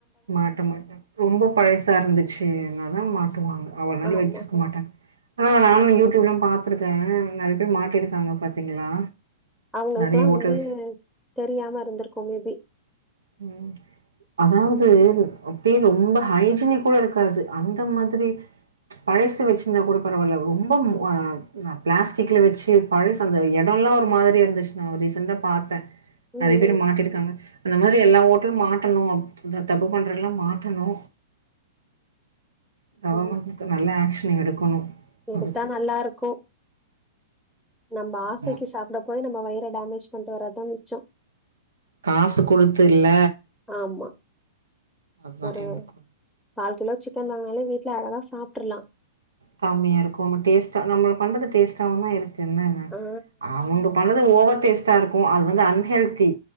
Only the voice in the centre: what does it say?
ஆமா
அவுங்களுக்லா
வந்து
தெரியாம இருந்திருக்கு மேபி
ம்
ம்
ஓ
எடுத்தா
நல்லா இருக்கு நம்ம ஆசைக்கு
சாப்ட போய் நம்ம வயிற டேமேஜ் பண்ணிட்டு வரதுதா மிச்சம்
ஆமா
ஒரு
கால் கிலோ சிக்கன் வாங்குனாலே வீட்ல அழகா சாப்ட்ரலா
ஆ